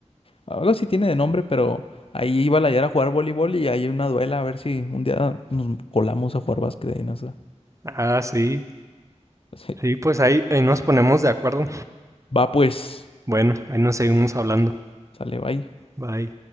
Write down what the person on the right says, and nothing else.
Ah, sí.
Sí, pues ahí, ahí nos ponemos de acuerdo.
Bueno, ahí nos seguimos hablando.
Bye.